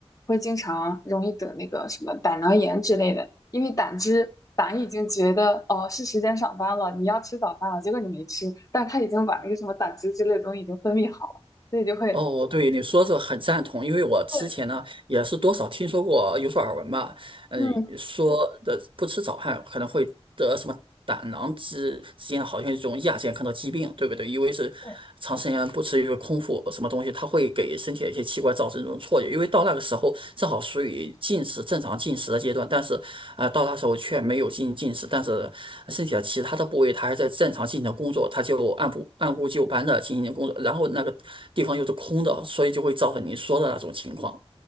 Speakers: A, on the left; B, on the right.
A: 会经常容易得那个什么胆囊炎之类的，因为胆汁胆已经觉得哦是时间上班了，你要吃早饭了，结果你没吃，但是他已经把那个什么胆汁之类的东西已经分泌好了，所以就会
B: 哦，对，你说这个很赞同，因为我之前呢也是多少听说过，
A: 对，
B: 呃有所耳闻吧。嗯，
A: 嗯。
B: 呃说的不吃早饭可能会得什么胆囊之之间好像一种亚健康的疾病，对不对？因为是长时间不吃一个空腹什么东西，
A: 对。
B: 它会给身体的一些器官造成这种错觉。因为到那个时候正好属于进食正常进食的阶段，但是啊、呃到那时候却没有进行进食，但是身体的其他的部位它还在正常进行工作，它就按部按部就班的进行工作，然后那个地方又是空的，所以就会造成您说的那种情况。